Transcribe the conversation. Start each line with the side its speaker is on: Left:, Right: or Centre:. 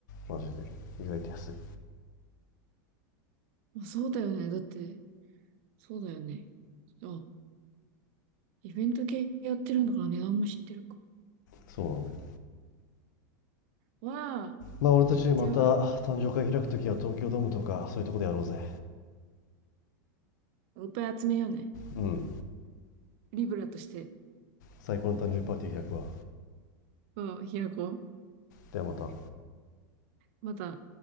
Left: う、マジで。意外と安い。
Right: まあそうだよね。だって、そうだよね。あ、イベント系やってるんだから値段も知ってるか。
Left: そうなんだよ。
Right: わあ、
Left: まあ俺たちまた誕生会開くときは東京ドームとかそういうとこでやろうぜ。
Right: じゃあ、いっぱい集めようね。
Left: うん。
Right: リブラとして、
Left: 最高の誕生日パーティー開くわ。
Right: うん、開こう。
Left: ではまた。
Right: また